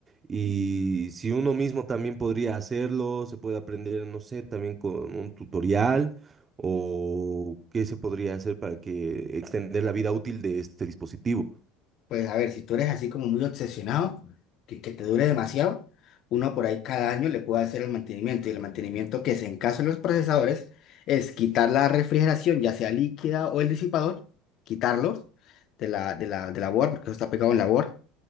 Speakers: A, on the right; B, on the left.
A: y si uno mismo también podría hacerlo, se puede aprender, no sé, también con un tutorial o qué se podría hacer para que extender la vida útil de este dispositivo.
B: Pues a ver, si tú eres así como muy obsesionado, que, que te dure demasiado, uno por ahí cada año le puede hacer el mantenimiento. Y el mantenimiento que es en caso de los procesadores es quitar la refrigeración, ya sea líquida o el disipador, quitarlos de la, de la, de la board, porque eso está pegado en la board